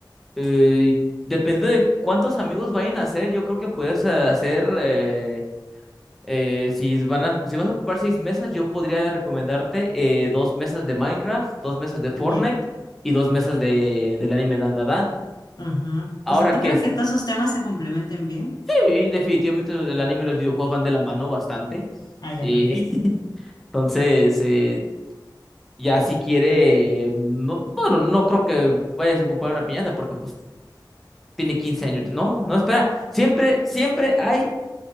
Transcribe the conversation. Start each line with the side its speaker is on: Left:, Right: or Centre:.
Centre: Eh, depende de cuántos amigos vayan a hacer. Yo creo que puedes eh, hacer. eh, Eh, si van a, si vas a ocupar seis mesas, yo podría recomendarte eh, dos mesas de Minecraft, dos mesas de Fortnite
Left: Ya.
Centre: y dos mesas de, del anime Dan Dan Dan.
Left: Ajá.
Centre: Ahora
Left: O sea, ¿tú crees
Centre: que es-
Left: que todos esos temas se complementen bien?
Centre: sí, definitivamente el anime y los videojuegos van de la mano bastante.
Left: Ah, ya,
Centre: Eh,
Left: perfecto.
Centre: <laughs> entonces, eh, ya si quiere, no, bueno, no creo que vayas a ocupar una piñata porque pues tiene 15 años. No, no, espera. Siempre, siempre hay,